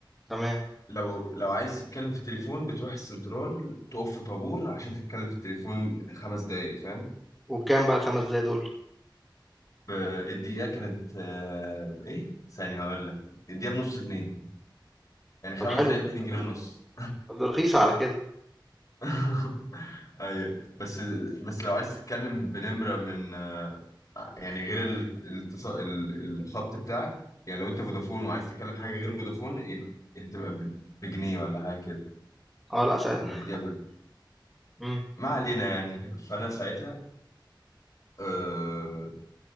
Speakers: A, in the centre; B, on the left (about 45°).
A: تمام.
B: لو لو عايز تتكلم في التليفون بتروح السنترال تقف في طابور عشان تتكلم في التليفون خمس دقايق فاهم
A: وبكام بقى ال5 دقايق دول؟
B: ب- الدقيقة كانت أه إيه ثانية هقول لك الدقيقة بنص جنيه يعني خمس
A: طب حلو،
B: دقايق باتنين جنيه ونص
A: ده رخيصة على كده.
B: <laughs> ايوه بس بس لو عايز تتكلم بنمره من آه، يعني غير ال- التص- ال- الخط بتاعك يعني لو انت فودافون وعايز تتكلم حاجه غير فودافون يبقى هتبقى ب- بجنيه ولا حاجه كده
A: آه لأ ساعتها
B: هتبقى تديها بجنيه
A: <laughs> إمم.
B: ما علينا يعني <laughs> فانا ساعتها آه،